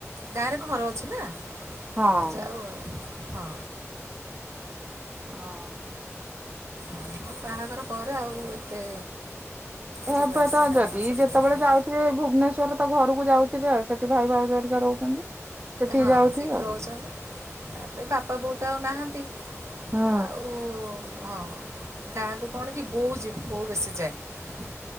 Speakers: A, on the right; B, on the right.
A: ଡାଇରେକ୍ଟ ଘର ଅଛି ନା,
B: ହଁ
A: ଯାଉ ଆଉ। ହଁ।
B: ଅ ହ।
A: ଆଉ ବାହାଘର ପରେ ଆଉ ଏତେ ଯିବା
B: ଏବେ
A: ଆସିବା
B: ତ ଯଦି
A: ସେପଟକୁ
B: ଯେତେବେଳେ
A: ନାହିଁ।
B: ଯାଉଥିବେ, ଭୁବନେଶ୍ୱର ତ ଘରକୁ ଯାଉ ଥିବ, ଆଉ ସେଠି ଭାଇ ଭଉ ଜରିକା ରହୁଛନ୍ତି। ସେଠିକି
A: ହଁ
B: ଯାଉଥିବେ
A: ସେଇଠି
B: ଆଉ
A: ରହୁଛନ୍ତି ତାପରେ ବାପା ବହୁତ ଆଉ ନାହାନ୍ତି।
B: ହଁ।
A: ଆଉ ହଁ ଗାଁକୁ କଣ କି ବୋଉ ଜି ପୁଅ ବେଶି ଯାଏନି।